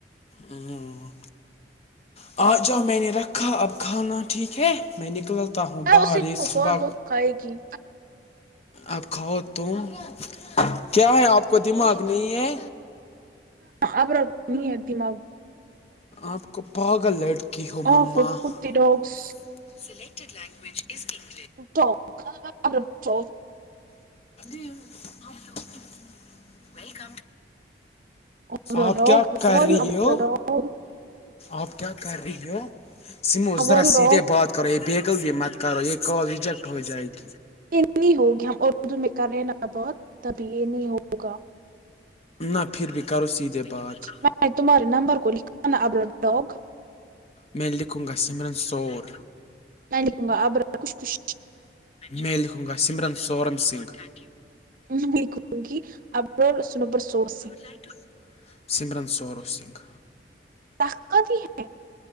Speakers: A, on the left; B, on the right.
A: ہوں آ جاؤ میں نے رکھا اب کھانا ٹھیک ہے میں نکلتااہ باہر
B: اسی
A: یہ صبح
B: کو کال وہ کھائے گی
A: اب کھاؤ تم کیا ہے آپ کو دماغ نہیں ہے
B: اب نہیں ہے دماغ
A: آپ کو پاگل لڑکی ہو مما
B: آف کتے ڈاگس
A: سلیکٹڈ لینگویج ا اسز کنگ
B: ڈاگ اب رب
A: <unintelligible> وک
B: اور
A: آپ
B: ڈاگ
A: کیا کر
B: اور
A: رہی
B: ڈاگ
A: ہو آپ کیا کر رہی ہو سمو ذرا
B: اور ڈاگ
A: سیدھے بات کرو ب قغفی مت کرو یہے کہ کال ریجیکٹ ہو جائے گ
B: یہ نہیں ہوگی ہم اردو میں کر رہے نا بہت تبھی یہ نہیں ہوگا
A: نہ پھر بھی کرو سیدھے بات
B: میں تمہارے نمبر کو لکھانا ابو ڈگ
A: میں لیککھون گا سمرن سور
B: نن کووں گ آبر خش خش
A: میں لکھوں گا سمرن سورم سنگھ <unintelligible>
B: <unintelligible>
A: ٹ سمرن سورو سنگھ
B: طاقت ہی ہے